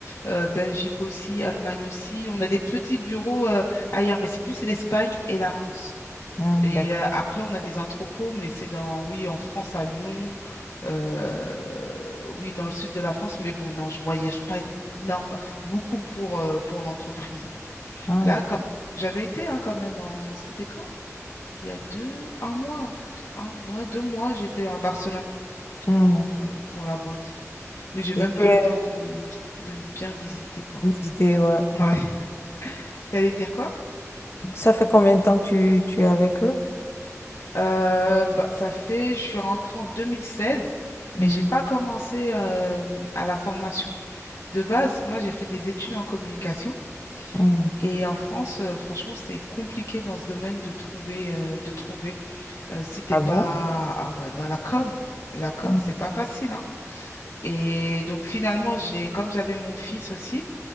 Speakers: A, on the left (about 75°); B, on the left (about 50°).
A: Euh, Belgique aussi, Allemagne aussi. On a des petits bureaux euh, ailleurs, mais c'est plus l'Espagne et la France.
B: hmm,
A: Et
B: d'accord.
A: euh, après, on a des entrepôts, mais c'est dans, oui, en France, à Lyon, euh, oui, dans le sud de la France. Mais bon, non, je voyage pas énorme, beaucoup pour, euh, pour l'entreprise. hein.
B: Ah,
A: Là,
B: d'accord.
A: comme j'avais été hein, quand même en, c'était quand? Il y a deux, un mois, deux, un- ouais, deux mois, j'étais à Barcelone
B: Hmm.
A: pour, euh, pour la boîte. Mais j'ai même
B: Et
A: pas
B: tu
A: eu
B: as
A: le temps de, de bien visiter, quoi.
B: visité, ouais,
A: Ouais.
B: ouais.
A: <laughs> T'allais dire quoi?
B: Ça fait combien de temps que tu, tu es avec eux?
A: Euh, bah, ça fait, je suis rentrée en 2016, mais
B: Hmm,
A: j'ai pas commencé euh, à la formation. De base, moi, j'ai fait des études en communication.
B: hmm.
A: Et en France, euh, franchement, c'est compliqué dans ce domaine de trouver, euh, de trouver. Euh, si t'es
B: Ah
A: pas,
B: bon?
A: ah ouais, dans la com, la com,
B: Hmm,
A: c'est pas facile, hein. Et donc finalement, j'ai, comme j'avais mon fils aussi,